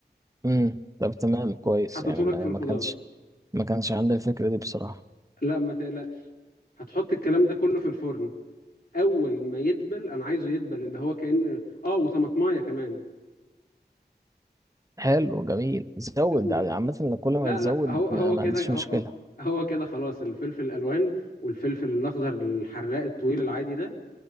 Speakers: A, on the right; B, on the left.
A: امم طب تمام كويس
B: حطيته
A: يعني
B: لك
A: ما,
B: في الخضار
A: ما كانش ما كانش عندي الفكره دي بصراحه
B: لا ما تقلقش هتحط الكلام ده كله في الفرن اول ما يدبل انا عايزه يدبل اللي هو كأن اه وطماطمايه كمان
A: حلو جميل زود
B: اول
A: على- عامه كل ما
B: لا
A: تزود
B: لا هو هو
A: ما, ما
B: كده
A: عنديش
B: هو
A: مشكله
B: هو هو كده خلاص الفلفل الالوان والفلفل الاخضر الحراق الطويل العادي ده